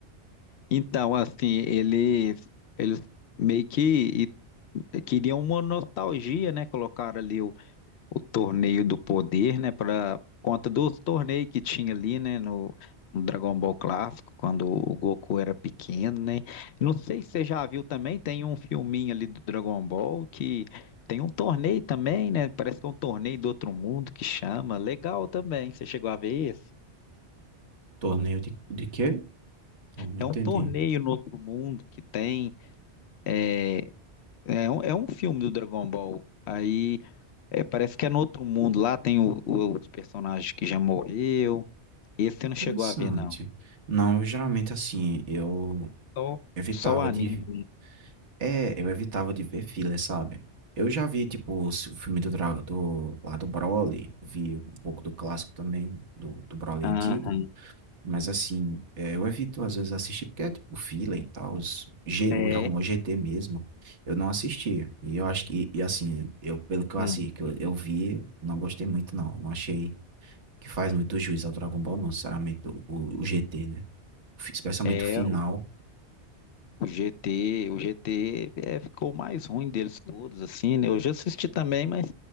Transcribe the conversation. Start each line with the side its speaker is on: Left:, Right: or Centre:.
Left: Então, assim, eles, eles meio que e- queriam uma nostalgia, né? Colocaram ali o, o torneio do poder, né? Para conta dos torneios que tinha ali, né? No, no Dragon Ball Clássico, quando o Goku era pequeno, né? Não sei se você já viu também, tem um filminho ali do Dragon Ball que tem um torneio também, né? Parece que é um torneio do outro mundo que chama. Legal também, você chegou a ver esse?
Right: Torneio de, de quê? Não, não
Left: É
Right: entendi.
Left: um torneio no outro mundo que tem. eh, É um, é um filme do Dragon Ball. Aí é, parece que é no outro mundo. Lá tem o, o- os personagens que já morreu. Esse você não
Right: Interessante.
Left: chegou a ver, não.
Right: Não, geralmente assim, eu
Left: Só,
Right: evitava
Left: só o anime.
Right: de É, eu evitava de ver filler, sabe? Eu já vi, tipo, o filme do, Dra- do lá do Broly, vi um pouco do clássico também, do, do Broly
Left: Aham.
Right: antigo, mas assim, é, eu evito às vezes assistir porque é tipo filler e tal, os, G,
Left: É.
Right: o Dragon Ball GT mesmo, eu não assisti. E eu acho que, e assim, eu, pelo que eu
Left: hum.
Right: assisti, que eu, eu vi, não gostei muito não, não achei que faz muito juiz ao Dragon Ball, não, sinceramente, o, o o GT, né? Fi- Especialmente
Left: É.
Right: o final.
Left: O GT, o GT é, ficou o mais ruim deles todos, assim, né? Eu já assisti também, mas